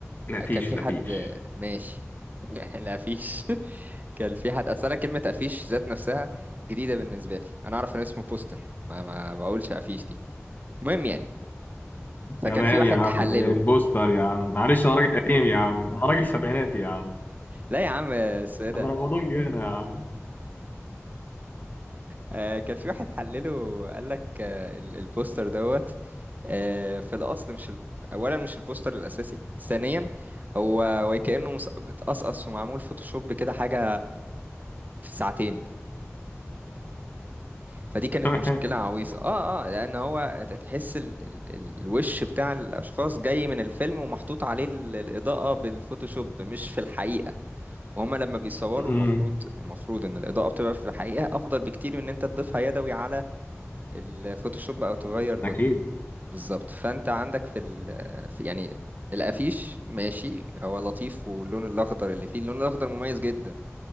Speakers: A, on the left; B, on the right.
A: الافيش
B: كان في
A: الافيش
B: حد ماشي <laughs> يعني لا فيش <laughs> كان في حد اصل انا كلمه افيش ذات نفسها جديده بالنسبه لي انا اعرف ان اسمه بوستر ما, ما بقولش افيش دي المهم يعني فكان
A: تمام
B: في واحد
A: يا عم
B: حلله
A: البوستر يا عم معلش انا راجل قديم يا عم انا راجل سبعيناتي يا عم
B: لا يا عم السيدة
A: انا رمضان جانا يا عم
B: آه كان في واحد حلله قال لك آه ال- البوستر دوت آه في الاصل مش ال... اولا مش البوستر الاساسي ثانيا هو وكأنه مس- متقصقص ومعمول فوتوشوب كده حاجه في ساعتين فدي كانت
A: <laughs>
B: مشكلة عويصة اه اه لأن هو تحس ال ال ال- الوش بتاع الأشخاص جاي من الفيلم ومحطوط عليه ال- الإضاءة بالفوتوشوب مش في الحقيقة وهما لما بيصوروا
A: امم
B: المفروض المفروض إن الإضاءة بتبقى في الحقيقة أفضل بكتير من إن أنت تضيفها يدوي على الفوتوشوب أو تغير لونها
A: اكيد
B: بالظبط فأنت عندك في, ال في يعني الأفيش ماشي هو لطيف واللون الأخضر اللي فيه اللون الأخضر مميز جدا